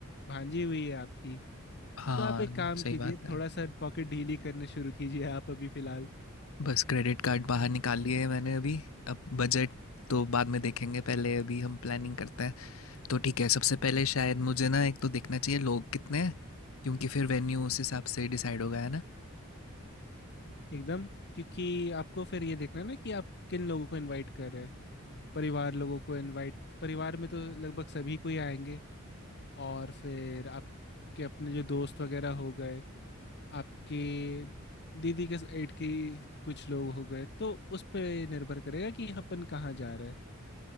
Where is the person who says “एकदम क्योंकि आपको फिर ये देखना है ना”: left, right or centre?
Left